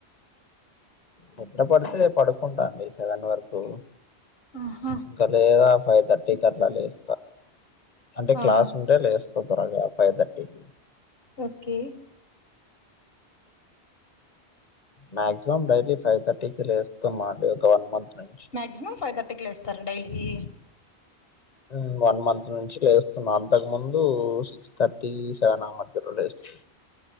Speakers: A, on the left (about 40°); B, on the left (about 60°).
A: నిద్ర పడితే పడుకుంటా అండి సెవెన్ వరకు
B: ఆహా
A: ఇంకా లేదా ఫైవ్ థర్టీకి అట్ల లేస్తా అంటే క్లాస్
B: ఆహా
A: ఉంటే లేస్తా తొందరగా ఫైవ్ థర్టీకి
B: ఓకే
A: మాక్సిమం డైలీ ఫైవ్ థర్టీకే లేస్తామండి ఒక వన్ మంత్ నుంచి
B: మ్యాక్సిమం ఫైవ్ థర్టీకి లేస్తారు డైలీ
A: మ్మ్ వన్ మంత్ నుంచి లేస్తున్నా అంతకు ముందు సిక్స్ థర్టీ, సెవన్ ఆ మధ్యలో లేస్తా